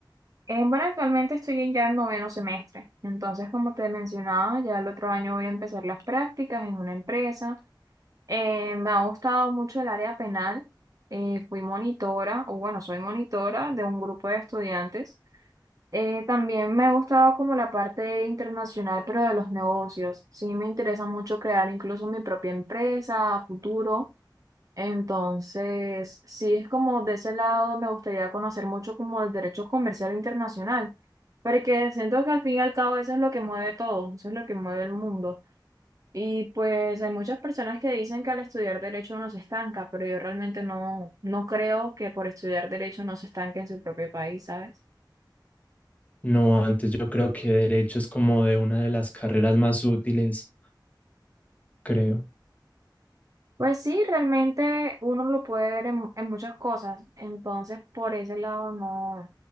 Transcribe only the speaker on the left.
No, antes yo creo que derecho es como de una de las carreras más útiles, creo.